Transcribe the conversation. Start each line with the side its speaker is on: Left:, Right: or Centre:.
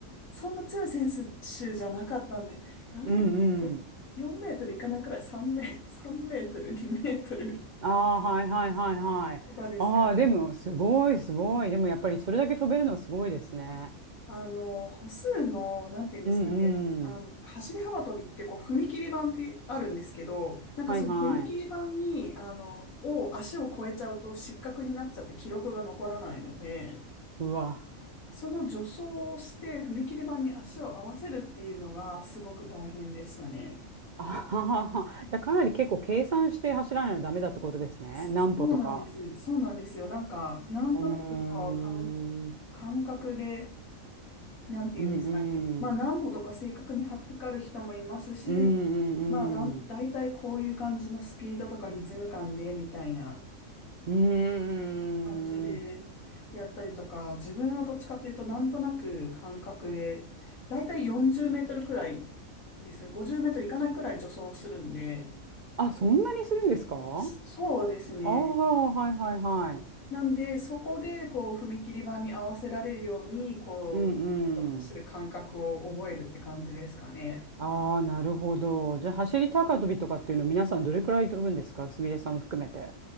Left: そんな強い選手じゃなかったんで、何メートル、
Right: うんうん。
Left: よんメートルいかないくらい、3メ、3メートル、2メートル
Right: ああ、はいはいはいはい。
Left: とかですかね。
Right: ああ、でも、すごいすごい。でも、やっぱりそれだけ飛べるのはすごいですね。
Left: あの、歩数の、なんていうんですかね、
Right: うんうん。
Left: りあの、走り幅跳びってこう、踏切板ってあるんですけど、なんかその踏切板に、
Right: はいはい。
Left: あの、を、足を越えちゃうと失格になっちゃって記録が残らないので、
Right: うわ。
Left: その助走をして踏切板に足を合わせるっていうのがすごく大変でしたね。
Right: <laughs> あははは。じゃあ、かなり結構計算して走らないとダメだってことですね。
Left: そうなんです。
Right: 何歩とか。
Left: そうなんですよ。なんか、なんとなくか、
Right: うーん。
Left: 感
Right: うん
Left: 感覚で、なんていうんですかね。
Right: うん。
Left: まあ、何歩とか正確に張ってかる人もいますし、
Right: うん
Left: まあ、だん、
Right: うん
Left: 大体こういう感じのスピードとかリズム感で、みたいな
Right: うん。
Left: 感じでやったりとか、
Right: うーん。
Left: 自分はどっちかっていうと、なんとなく感覚で、大体40メートルくらいですね。50メートルいかないくらい助走するんで、
Right: あ、そんなにするんですかあ
Left: そうですね。
Right: あー、はいはいはい。
Left: なんで、そこで、こう、踏切板に合わせられるように、こう、
Right: うんうん。
Left: ちょっと走る感覚を覚えるって感じですかね。
Right: ああ、なるほど。じゃあ、走り高跳びとかっていうの皆さんどれくらい飛ぶんですかすみれさんも含めて。